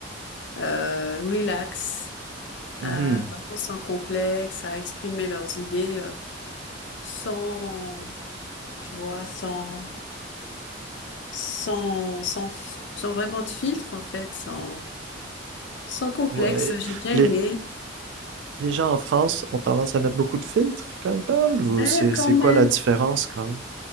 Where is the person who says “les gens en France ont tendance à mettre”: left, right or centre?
Right